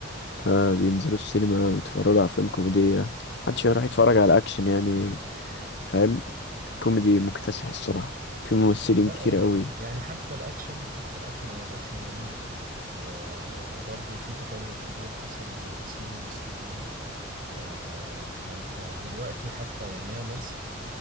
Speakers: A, on the left; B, on the right.
A: فبينزلوا السينما ويتفرجوا على أفلام كوميدية محدش يروح يتفرج على أكشن يعني فاهم كوميدي مكتسح الصراحة في ممثلين
B: لا
A: كتير
B: هو
A: قوي
B: ال- يعني حتى الاكشن حتى الاكشن هو الاكشن جميل و... وبرضه في تطور كبير حصل من ممثلين مصريين آه فانت دلوقتي حتى يعني هي مصر